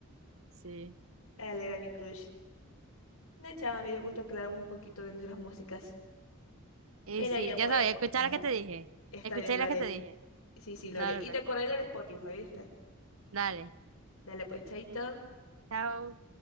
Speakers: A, on the right; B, on the left.
A: Sí,
B: Él era mi crush. No, chava, me dio gusto aclaramos un poquito de nuestras músicas.
A: y
B: Pero
A: sí,
B: ya voy
A: ya sabes,
B: a comer.
A: escuchar la que te dije,
B: Está
A: escuché
B: bien, lo
A: la
B: haré.
A: que te dije.
B: Sí, sí, lo
A: Dale,
B: haré. Y
A: pues,
B: te acordaré del Spotify, ¿viste?
A: dale,
B: Dale pues, chaito.
A: chao.